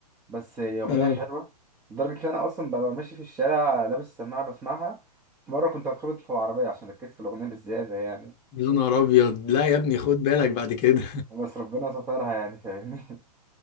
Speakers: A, on the right; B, on the left.
A: بس هي اغنيه
B: اه
A: حلوه لدرجه ان انا اصلا ببقى ماشي في الشارع لابس سماعه بسمعها مره كنت هتخبط في العربيه عشان ركزت في الاغنيه بالزياده يعني
B: يا نهار ابيض لا يا ابني خد بالك بعد كده
A: بس ربنا سترها يعني فاهمني <laughs>